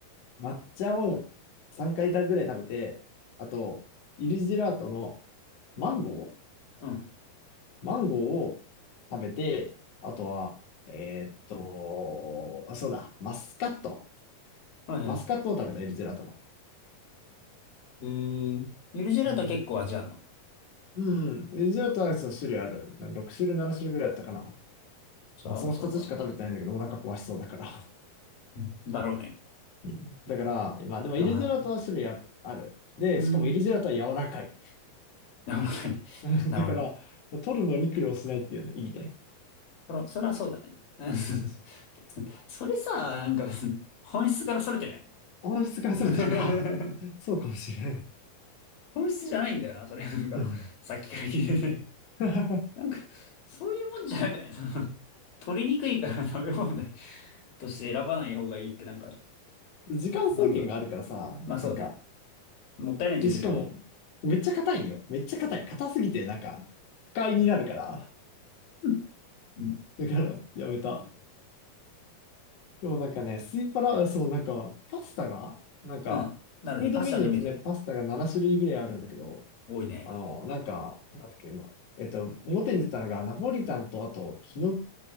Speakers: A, on the left; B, on the left.
A: 抹茶を3回ぐらい食べて、あと、イルジェラートのマンゴー
B: うん。
A: マンゴーを食べて、あとは、えーっと、あ、そうだ、マスカット。
B: はいは
A: マスカットを食べた、エリゼラトの。
B: い。へえ。ゆるジェラート結構味あるの
A: うん。うんエリゼラトアイスの種類ある。6種類、7種類ぐらいあったかな。
B: そうそうか。
A: まあ、その2つしか食べてないんだけど、お腹壊しそうだから。
B: うん。だろうね。
A: <laughs> うんだから、まあでもエリゼラトは種類ある。
B: だろうな。
A: ある。で、
B: うん。
A: しかもエリゼラトは柔らかい。
B: なるほどね。
A: <laughs>
B: <laughs> なるほどね。
A: だから、取るのに苦労しないっていうのいいね。
B: そら、そらそうだね。うん <laughs>
A: うん。
B: それさ、なんか、本質からそれてない
A: 音質が逸れてるか。
B: <laughs>
A: <laughs> そうかもしれない。
B: 本質じゃないんだよな、それ。なんか、
A: うん。
B: さっきから聞いてて
A: <laughs>
B: なんか、そういうもんじゃないかね。<laughs> その取りにくいから食べ物でとして選ばない方がいいって、なんか、
A: 時間制限があるからさ、
B: なんだろう。まあそうね。
A: なんか、
B: もったいない気するよね。
A: で、しかも、めっちゃ硬いよ。めっちゃ硬い。硬すぎて、なんか、不快になるから。
B: うんうん。
A: だから、やめた。でもなんかね、スイパラ、そう、なんか、パスタが、なんか、
B: うんなるね。
A: フードメニューだとね、
B: パスタのイメージあるよ。
A: パスタが7種類ぐらいあるんだけど、
B: 多いね。
A: あの、なんか、なんだっけ、まあ、えっと、表に出てたのが、ナポリタンと、あと、きの、